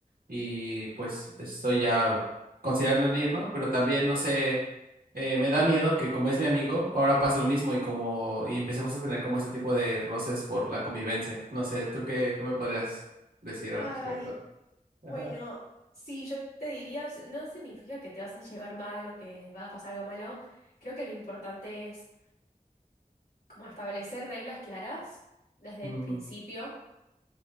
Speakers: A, on the right; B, on the left.
A: y pues estoy ya considerando en ir, ¿no? Pero también, no sé, eh, me da miedo que como es mi amigo, ahora pase lo mismo y como y empecemos a tener como ese tipo de roces por la convivencia. No sé, ¿tú qué, qué me podrías decir
B: Ay,
A: al respecto? Ajá.
B: bueno, sí, yo te diría, s- no significa que te vas a llevar mal o que va a pasar algo malo. Creo que lo importante es como establecer reglas claras desde
A: Ujú,
B: el principio,